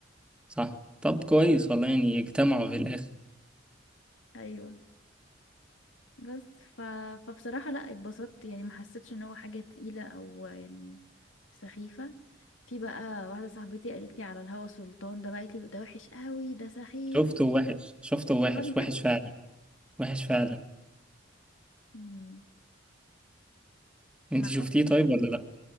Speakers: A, in the centre; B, on the left (about 85°).
A: صح طب كويس والله يعني اجتمعوا في الآخر
B: ايوه بس ف... فبصراحة لا اتبسطت يعني ما حسيتش ان هو حاجة تقيلة او يعني سخيفة في بقى واحدة صاحبتي قالت لي على الهوى سلطان ده بقى قالت لي ده وحش قوي ده سخيف
A: شفته وحش شفته وحش
B: برضه
A: وحش
B: <laughs>
A: فعلا وحش فعلا
B: مم.
A: أنت
B: معاكي
A: شفتيه طيب ولا لأ؟